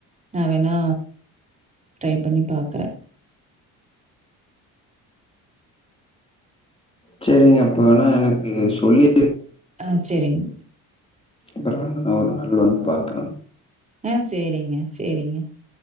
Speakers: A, on the right (about 20°); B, on the left (about 15°).
A: நா வேணா ட்ரை பண்ணி பாக்குறே
B: சேரிங்க அப்பனா எனக்கு சொல்லி
A: ஆ சேரிங்க
B: அப்றோ என்னங்க ஒருநாள் வந்து பாக்குறே
A: ஆ சரிங்க, சரிங்க.